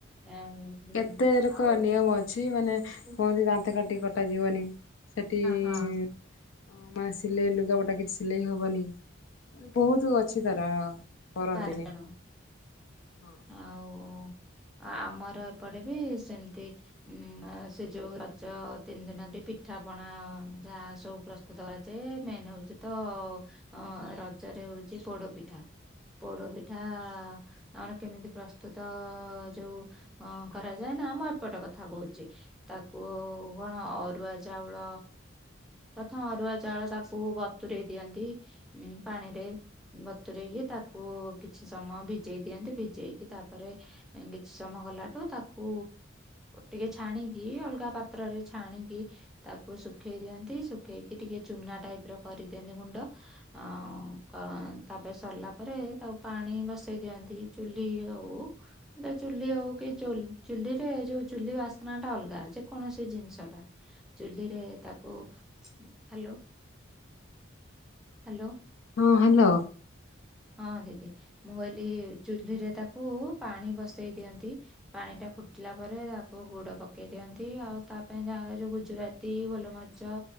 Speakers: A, in the centre; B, on the left (about 75°).
A: ଏଁ
B: କେତେ ରେକ
A: ଆଉ
B: ନିୟମ ଅଛି ମାନେ କୁହନ୍ତି
A: ହଁ
B: ଦାନ୍ତ କାଠି କଟା ଯିବନି। ସେଠି
A: ହଁ
B: ଇଁ ମାନେ ସିଲେଇ ଲୁଗାପଟା କିଛି ସିଲେଇ ହବନି ମାନେ ବହୁତୁ ଅଛି ତାର କରନ୍ତିନି।
A: ବାରଜଣ
B: ହଁ
A: ଆଉ ଆ-ଆମର ଏପଟେ ବି ସେମିତି ଉଁ ସେ ଯୋଉ ରଜ ତିନି ଦିନ ବି ପିଠା ପଣା ଯାହା ସବୁ ପ୍ରସ୍ତୁ ଦଳା ଯାଏ ମେନ୍ ହଉଛି ତ ଅ ରଜରେ ହଉଛି ପୋଡ଼ ପିଠା ପୋଡ଼ ପିଠା ଆମର କେମିତି ପ୍ରସ୍ତୁତ ଯୋଉ ଅ କରାଯାଏ ନା ଆମ ଏପଟ କଥା କହୁଛି ତାକୁ କଣ ଅରୁଆ ଚାଉଳ ତଥା ଅରୁଆ ଚାଉଳ ତାକୁ ବତରେଇ ଦିଅନ୍ତି। ଉ ପାଣି ରେ ବତରେଇ କିି ତା କୁ କିଛି ସମୟ ଭିଜେଇ ଦିଅନ୍ତି ଭିଜେଇକି ତାପରେ କିଛି ସମୟ ଗଲାଠୁ ତାକୁ ଟିକେ ଛାଣିକି ଅଲଗା ପାତ୍ରରେ ଛାଣିକି ତାକୁ ଶୁଖେଇ ଦିଅନ୍ତି ଶୁଖେଇକି ଟିକେ ଚୁନା ଟାଇପ ର କରିଦିଅନ୍ତି ଗୁଣ୍ଡ ଆଁ ତାପରେ ସରିଲା ପରେ ତାକୁ ପାଣି ବସେଇ ଦିଅନ୍ତି ଚୁଲି ହଉ ଏଟା ଚୁଲି ହଉ କି ଚୁ-ଚୁଲିରେ ଯୋଉ ଚୁଲି ବାସ୍ନା ଟା ଅଲଗା ଅଛି କୌଣସି ଜିନିଷଟା ଚୁଲିରେ ତାକୁ ହଲୋ ହଲୋ
B: ହଁ ହାଲୋ
A: ହଁ ଦିଦି ମୁଁ କହିଲି ଚୁଲିରେ ତାକୁ ପାଣି ବସେଇ ଦିଅନ୍ତି। ପାଣି ଟା ଫୁଟିଲା ପରେ ଆକୁ ଗୁଡ଼ ପକେଇ ଦିଅନ୍ତି ଆଉ ତା ପାଇଁ ଯାହାର ଯାହାହେଲେ ଗୁଜୁରାତି ତି ଗୋଲମର୍ଚ୍ଚ